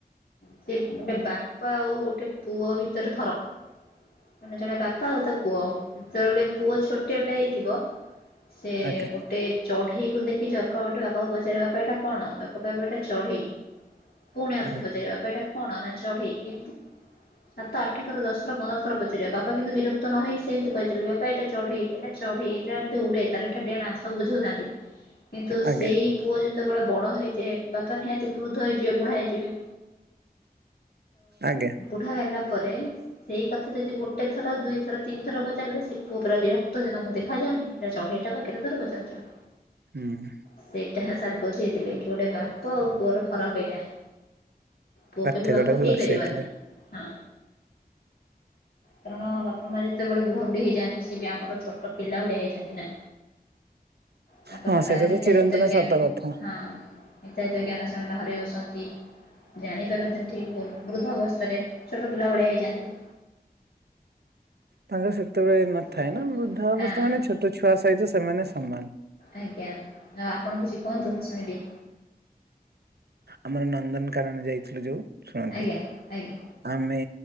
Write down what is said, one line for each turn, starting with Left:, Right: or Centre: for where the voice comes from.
Left: ସେ ଗୋଟେ ବାପା ଆଉ ଗୋଟେ ପୁଅ ଭିତରେ ଫରକ ମାନେ ଜଣେ ବା ପା ଆଉ ତା ପୁଅ ଯେତେବେଳେ ପୁଅ ଛୋଟିଆଟେ ହେଇଥିବ ସେ
Right: ଆଜ୍ଞା
Left: ଗୋ ଟେ ଚଢେଇ କୁ ଦେଖି ଝରକା ବଟେ ବାପାକୁ ପଚାରିବା ପାଇଁ ଏଟା କଣ ବାପା କହିବେ ଏଟା ଚଢେଇ। ପୁଣି ଆଉଥରେ
Right: ଆଜ୍ଞା
Left: ପଚାରିବ ବାପା ଏଟା କଣ ନା ଚଢେଇ ଏମିତି ସାତ ଆଠ ଥର ଦଶ ଥର ପନ୍ଦର ଥର ପଚାରିବା ବାପା କିନ୍ତୁ ବିର କ୍ତ ନହେଇ ସେମିତି କହିଚାଲିବେ ବାପା ଏଟା ଚଢେଇ ଏଟା ଚଢେଇ ଏଟା ଏମିତି ଉଡେ ତାର ଏଟା ଡେଣା ସବୁ ବୁଝୋଉଥାନ୍ତି। କିନ୍ତୁ
Right: ଆଜ୍ଞା
Left: ସେଇ ପୁଅ ଯେତେବେଳେ ବଡ ହେଇଯାଏ ବାପା ନିହାତି ବୃଦ୍ଧ ହେଇଯିବେ ବୁଢା ହେଇଯିବେ।
Right: ଆଜ୍ଞା।
Left: ବୁଢା ହେଲା ପରେ ସେଇ କଥା ଯଦି ଗୋଟେ ଥର ଦୁଇ ଥର ତିନିଥର ପଚାରିଲେ ସେ ପୁଅ ପୁରା ବିରକ୍ତ ହେ ତମକୁ ଦେଖାଯାଉନି ଏଟା ଚଢେଇଟା ପା କେତେଥର ପଚାରୁଚ।
Right: ହୁଁ।
Left: ସେଇଟା ସାର୍ ବୁଝେଇଥିଲେ କି ଗୋଟେ ବାପ ଆଉ ପୁଅର ଫରକ ଏଇଟା। ପୁଅ
Right: ପାଠ୍ୟକଟାରୁ
Left: କେବେ ବାପ ହେଇପାରିବନି
Right: ବସିଯାଇଥିଲେ
Left: ହଁ କାରଣ ବା ପ ମା ଯେତେବେଳେ ବୁଢା ବୁଢୀ ହେଇଯାନ୍ତି ସେ ବି ଆମର ଛୋଟ ପିଲା ଭଳିଆ ହେଇଯାନ୍ତି ନା। ତାଙ୍କର
Right: ହଁ
Left: ସେଟା
Right: ସେଇଟା
Left: ହିତା
Right: ତ ଚିରନ୍ତନ
Left: ହିତ ଜ୍ଞାନ
Right: ସତ କଥା।
Left: ହଁ ହିତା ହିତ ଜ୍ଞାନ ସେମାନେ ହରେଇ ବସନ୍ତି। ଜାଣିପାରନ୍ତିନି ଠିକ୍ ଭୁଲୁ ବୃଦ୍ଧ ଅବସ୍ଥାରେ ଛୋଟ ପିଲା ଭଳିଆ ହେଇଯାନ୍ତି।
Right: ତାଙ୍କର ସେତେବେଳେ ନଥାଏ
Left: ସେଟା
Right: ନା ବୃଦ୍ଧା ଅବସ୍ଥା
Left: ଆଁ
Right: ମାନେ ଛୋଟ ଛୁଆ ସହିତ ସେମାନେ ସମାନ।
Left: ଆଜ୍ଞା ଆଉ ଆପଣ କିଛି କୁହନ୍ତୁ ମୁଁ ଶୁଣିବି।
Right: ଆମର ନନ୍ଦନକାନନ ଯାଇଥିଲୁ ଯୋଉ ଶୁଣନ୍ତୁ।
Left: ଆଜ୍ଞା ଆଜ୍ଞା
Right: ଆମେ